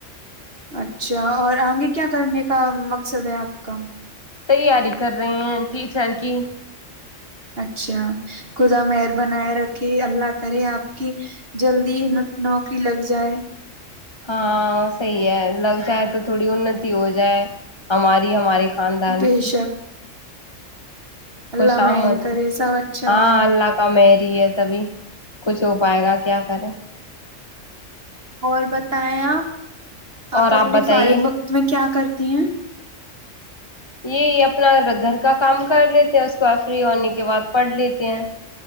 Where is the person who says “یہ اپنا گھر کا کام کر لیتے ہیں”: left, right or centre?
Left